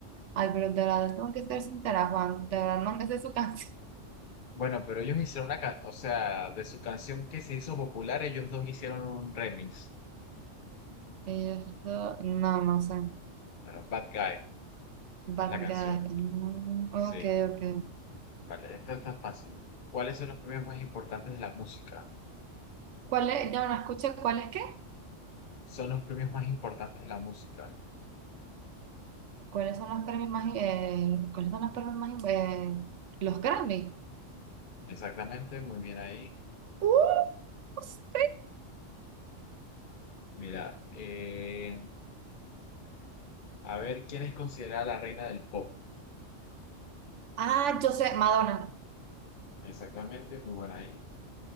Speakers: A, on the right; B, on the left.
A: Ay, pero de verdad, tengo que ser sincera, Juan, de verdad, no me sé su canción. <laughs>
B: Bueno, pero ellos hicieron una canción, o sea, de su canción que se hizo popular, ellos dos hicieron un remix
A: Y yo, no, no sé.
B: para Bad Guy, es
A: Bad
B: la canción.
A: Guy. mm,
B: Sí,
A: ok, ok.
B: vale, Esta está fácil. ¿Cuáles son los premios más importantes de la música?
A: ¿Cuál es? No, no escuché. ¿Cuál es qué?
B: Son los premios más importantes de la música.
A: ¿Cuáles son los premios más... eh, ¿cuáles son los premios más... eh, los Grammy?
B: Exactamente, muy bien ahí.
A: ¡Uh! sí.
B: Mira, eh, a ver, ¿quién es considerada la reina del pop?
A: Ah, yo sé, Madonna.
B: Exactamente, muy buena ahí.